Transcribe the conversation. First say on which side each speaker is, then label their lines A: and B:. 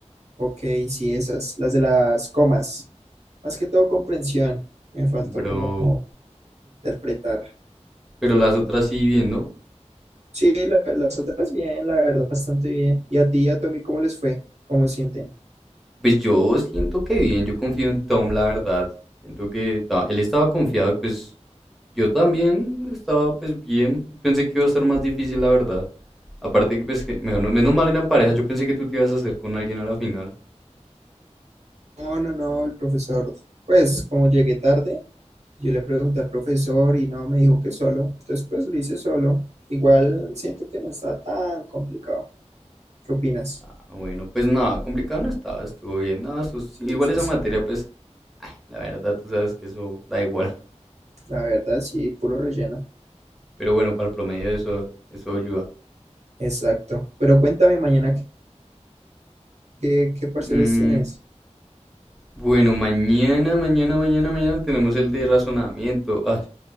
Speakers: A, on the right; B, in the centre.
A: Ok, sí, esas, las de las comas. Más que todo comprensión, me faltó
B: Bro,
A: como interpretar.
B: pero las otras sí bien, ¿no?
A: Sí, la- las otras bien, la verdad, bastante bien. ¿Y a ti y a Tommy cómo les fue? ¿Cómo sienten?
B: Pues yo siento que bien, yo confío en Tom, la verdad. Siento que ta- él estaba confiado y pues Yo también estaba pues bien, pensé que iba a ser más difícil la verdad. Aparte que pues que- menos, menos mal eran parejas, yo pensé que tú te ibas a hacer con alguien a la final.
A: No, no, no, el profesor, pues como llegué tarde. Yo le pregunté al profesor y no, me dijo que solo. Entonces, pues lo hice solo. Igual siento que no está tan complicado. ¿Qué opinas?
B: Ah, bueno, pues nada, complicado no estaba, estuvo bien. Nada, eso sí,
A: Sí,
B: igual
A: sí,
B: esa
A: sí.
B: materia pues, ah, la verdad tú sabes que eso da igual.
A: La verdad, sí, puro relleno.
B: Pero bueno, para el promedio eso, eso ayuda.
A: Exacto. Pero cuéntame mañana qué, qué, qué parciales
B: Mm,
A: tienes.
B: bueno, mañana, mañana, mañana, mañana tenemos el de razonamiento. Ay,